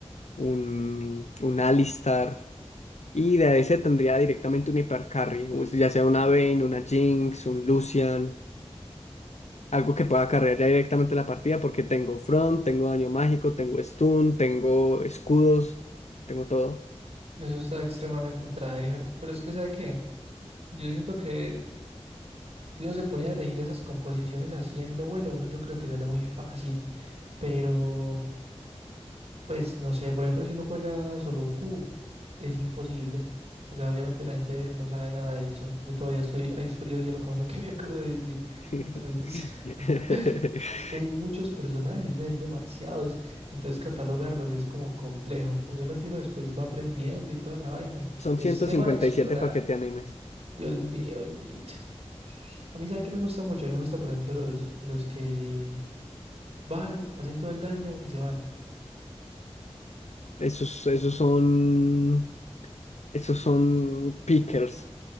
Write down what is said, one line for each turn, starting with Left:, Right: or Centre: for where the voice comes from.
Left: un, un Alistar. Y de ese tendría directamente un hipercarry, ya sea una Vayne, una Jinx, un Lucian algo que pueda cargar ya directamente la partida, porque tengo front, tengo daño mágico, tengo stun, tengo escudos, tengo todo.
Right: Eso está extremadamente tryhard, pero es que ¿sabe qué? Yo siento que si uno se pone a elegir esas composiciones así en lo vuelo, uno yo creo que sale muy fácil, pero pues no sé, por ejemplo, si uno juega solo Q, es imposible. O sea, obviamente la gente no sabe nada de eso. Yo todavía estoy ice frío hielo con lo que <laughs> me acabo de decir.
Left: <laughs>
Right: Entonces, <laughs> es que hay muchos personajes, ¿no? hay demasiados. Entonces, catalogarlos es como complejo. Obviamente uno después va aprendiendo y toda la vaina.
Left: Son
Right: Es
Left: ciento
Right: tema
Left: cincuenta
Right: de explorar.
Left: y siete paquetes animes.
Right: Dios mío, bendito. A mí, ¿sabe qué me gusta mucho? A mí me gusta, por ejemplo, los, los que van, hacen todo el daño y se van.
Left: Esos, esos son, esos son pickers.